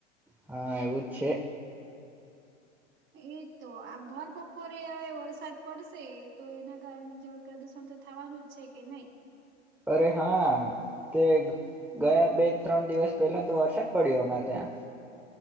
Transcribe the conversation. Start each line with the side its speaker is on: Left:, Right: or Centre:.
Centre: હા એવું જ છે.
Right: એજ તો આ ભર બપોરે હવે વરસાદ પડશે તો એના કારણે જળ પ્રદુષણ તો થવાનું જ છે કે નહી.
Centre: અરે હા તે ગયા બે ત્રણ દિવસ પહેલા તો વરસાદ પડ્યો અમારે ત્યાં.